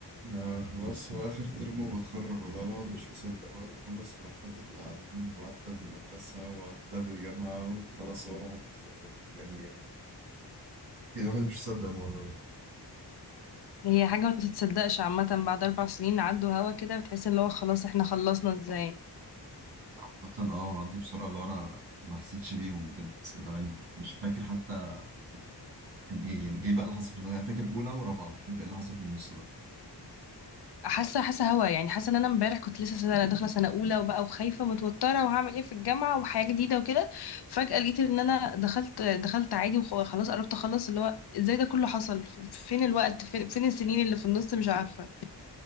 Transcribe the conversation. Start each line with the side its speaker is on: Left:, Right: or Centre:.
Right: أنا خلاص هو آخر ترم وبتخرج والله الواحد مش مصدق بعد ما خلص مرحلة التعليم وعدى بالمدرسة وعدى بالجامعة وخلاص هو الواحد بيتخرج يعني الواحد مش مصدق الموضوع ده
Left: هي حاجة ما تتصدقش عامة بعد أربع سنين عدوا هوا كده بتحس اللي هو خلاص احنا خلصنا ازاي
Right: عامة اه عدوا بسرعة اللي هو أنا ما حسيتش بيهم بجد اللي هو يعني مش فاكر حتى كان إيه يعني إيه بقى اللي حصل في الأولى. أنا فاكر أولى ورابعة مش فاكر إيه اللي حصل في النص بقى
Left: حاسة حاسة هوا يعني حاسة ان انا امبارح كنت لسه سنة داخلة سنة أولى وبقى وخايفة متوترة وهعمل ايه في الجامعة وحياة جديدة وكده فجأة لقيت ان انا دخلت دخلت عادي وخلاص قربت اخلص اللي هو ازاي ده كله حصل ف- فين الوقت فين, فين السنين اللي في النص مش عارفة